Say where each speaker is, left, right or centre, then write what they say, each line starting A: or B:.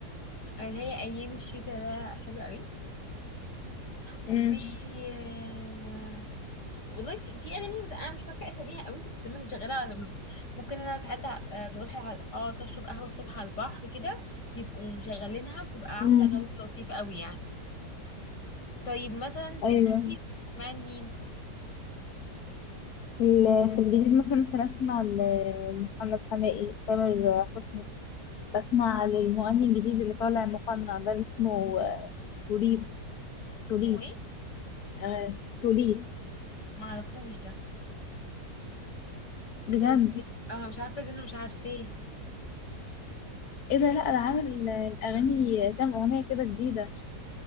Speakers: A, on the left (about 85°); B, on the left (about 65°).
A: اللي هي أيام الشتاء ده حلوة قوي وفي
B: امم
A: آه، والله في, في اغاني بس انا مش فاكره اساميها قوي بس دايما شغاله لما- ممكن انا ساعات آه، بروح على- آه، اقعد اشرب قهوه الصبح على البحر كده بيبقوا مشغلينها بتبقى عامله
B: امم
A: جو لطيف قوي يعني طيب مثلا
B: ايوه
A: في الجديد بتسمعي لمين
B: ال- في الجديد مثلا ممكن اسمع ل- لمحمد حماقي تامر حسني بسمع للمغني الجديد اللي طالع مقنع ده اللي اسمه آه، توليت توليت
A: اسمه ايه
B: آه، توليت
A: معرفوش ده
B: بجد
A: ايه ده ازاي اه مش عارفه ازاي انا مش عارفاه
B: ايه ده لا ده عامل الاغاني كام اغنيه كده جديده